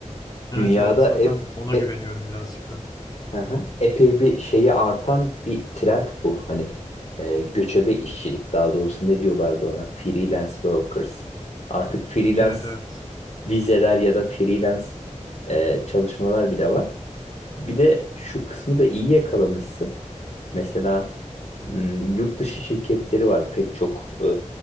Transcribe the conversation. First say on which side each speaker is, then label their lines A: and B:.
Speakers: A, on the left (about 30°); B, on the left (about 55°).
A: Evet
B: Dünyada
A: evet zaten
B: hep
A: ona
B: e-
A: güveniyorum birazcık da.
B: Hı hı. Epey bir şeyi artan bir trend bu. Hani e, göçebe işçilik daha doğrusu ne diyorlardı ona? Freelance workers. Artık freelance
A: Evet evet.
B: vizeler ya da freelance e, çalışmalar bile var. Bir de şu kısmı da iyi yakalamışsın. Mesela m, yurt dışı şirketleri var pek çok e,